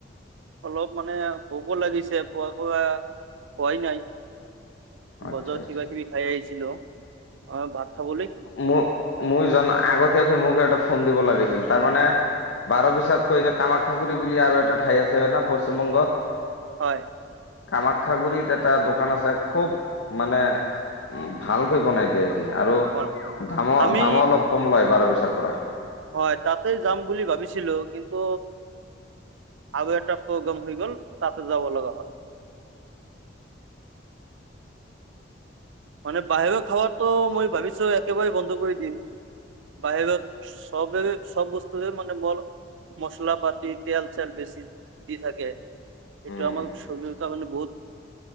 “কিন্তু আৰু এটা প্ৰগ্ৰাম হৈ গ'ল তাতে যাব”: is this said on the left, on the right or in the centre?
Right